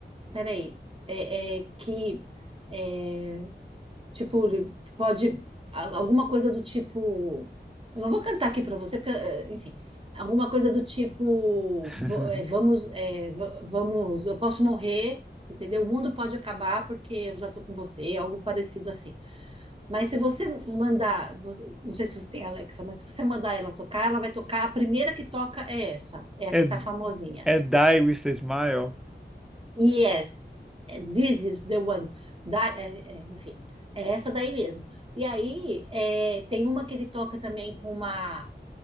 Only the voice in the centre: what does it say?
<laughs>
É,
é Die With a Smile?